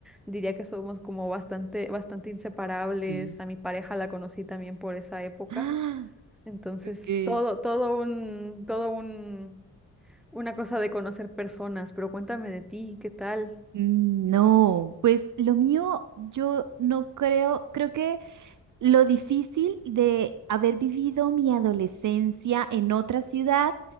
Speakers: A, in the centre; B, on the right.
A: diría que somos como bastante, bastante inseparables.
B: Sí.
A: A mi pareja la conocí también por esa época.
B: Ah,
A: Entonces,
B: ok.
A: todo, todo un, todo un, una cosa de conocer personas, pero cuéntame de ti, ¿qué tal?
B: Mm, No, pues lo mío yo no creo, creo que lo difícil de haber vivido mi adolescencia en otra ciudad